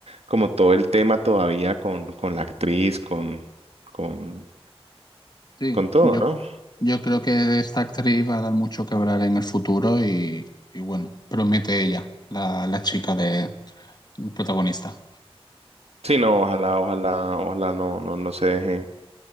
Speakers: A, on the right; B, on the left.
A: como todo el tema todavía con, con la actriz, con, con,
B: Sí,
A: con todo,
B: yo,
A: ¿no?
B: yo creo que de esta actriz va a dar mucho que hablar en el futuro y, y bueno, promete ella, la, la chica de protagonista.
A: Sí, no, ojalá, ojalá, ojalá no, no, no se deje.